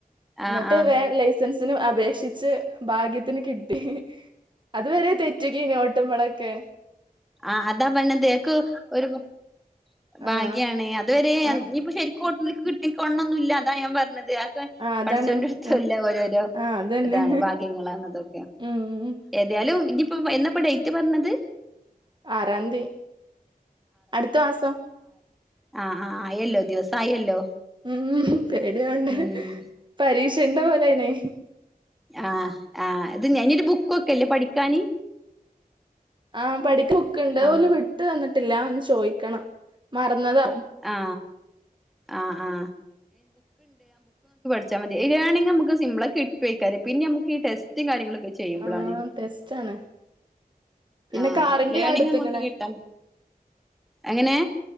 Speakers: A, in the centre; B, on the right (about 30°).
A: ആ
B: എന്നിട്ട്
A: ആ
B: വേറേ ലൈസൻസ്- <unintelligible> അപേക്ഷിച്ചിട്ട് ഭാഗ്യത്തിന് കിട്ടി. അത് വരെ തെറ്റക്ക് <inaudible> നോട്ടുമ്പോളൊക്കെ
A: ആഹ അതാ പറഞ്ഞത് എനിക്ക് ഒരു- ഭാഗ്യാണ്
B: ആഹ്
A: അ
B: ആഹ്
A: ഇപ്പൊ <unintelligible> ശരിക്കുംട്ട എനിക്ക് കിട്ടിക്കോണം എന്നില്ല അതാ ഞാൻ പറഞ്ഞത്. ക്കൻ <inaudible>
B: ആഹ് അതാണ്
A: പടച്ചോന്റയ് ഇടത്തും
B: ആഹ്
A: ഇല്ലേ ഓരോരോ
B: ആഹ് അതന്നെ
A: ഭാഗ്യങ്ങളാണ്
B: ഉം
A: ഏതാലും ഇപ്പം എന്ന ഡേറ്റ് പറഞ്ഞത്?
B: ആറാം തീയതി അടുത്ത മാസം
A: ആഹ് ആഹ് അയല്ലോ ദിവസം ആയല്ലോ.
B: ഉം പേടിയുണ്ട്
A: ഉം
B: പരീക്ഷ ഉള്ള പോലെയാണ്.
A: ആഹ് ആ അത് ഞാനൊരു ബുക്ക്- <unintelligible> ബുക്ക്‌ ഒക്കെ ഇല്ലേ പഠിക്കാന്
B: ആഹ പടി - ബുക്കുണ്ട് അതുപോല
A: ആ
B: വിട്ട് - ഇല്ല ന്ന്ചോദിക്കണം മറന്നതാ
A: ആ ആ ആ <unintelligible> സിംപിളാ കിട്ടുക്കരെ പിന്നെ നമുക്കീ ടെസ്റ്റും കാര്യങ്ങളും ചെയ്യുമ്പോളാണ്
B: ആഹ് ടെസ്റ്റ് ആണ് പിന്നെ
A: ആ
B: കാറിന്റെ
A: ലേണിങ്
B: അടുത്ത്ക്ക്ണ്
A: നമുക്ക് കിട്ടാം എങ്ങനെ